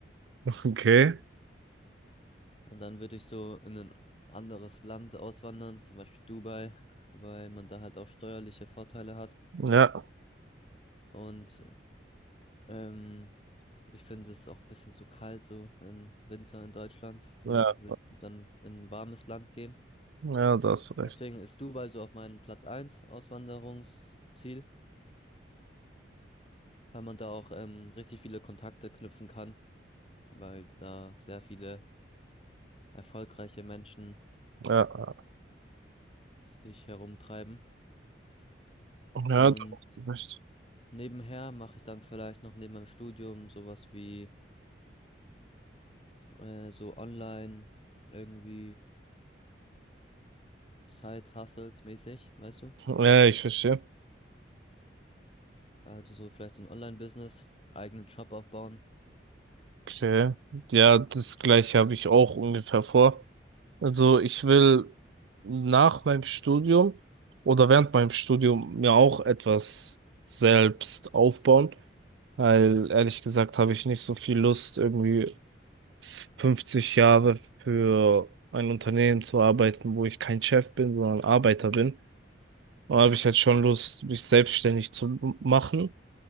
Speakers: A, on the right; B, on the left.
A: Okay.
B: Und dann würde ich so in ein anderes Land auswandern, zum Beispiel Dubai, weil man da halt auch steuerliche Vorteile hat.
A: Ja,
B: Und ähm, ich finde es auch ein bisschen zu kalt so im Winter in Deutschland. Da
A: ja,
B: würde ich dann in ein warmes Land gehen.
A: ja, da hast du recht.
B: Deswegen ist Dubai so auf meinem Platz eins Auswanderungsziel, weil man da auch ähm, richtig viele Kontakte knüpfen kann, weil da sehr viele erfolgreiche Menschen
A: Ja,
B: sich herumtreiben.
A: ja,
B: Und
A: da hast du recht.
B: nebenher mache ich dann vielleicht noch neben meinem Studium sowas wie äh, so online irgendwie Side-Hustles mäßig, weißt du?
A: Ja, ich verstehe.
B: Also so vielleicht so ein Online-Business, eigenen Shop aufbauen.
A: Okay. Ja, das gleiche habe ich auch ungefähr vor. Also ich will nach meinem Studium oder während meinem Studium mir auch etwas selbst aufbauen, weil ehrlich gesagt habe ich nicht so viel Lust, irgendwie 50 Jahre für ein Unternehmen zu arbeiten, wo ich kein Chef bin, sondern Arbeiter bin. Da habe ich halt schon Lust, mich selbstständig zu machen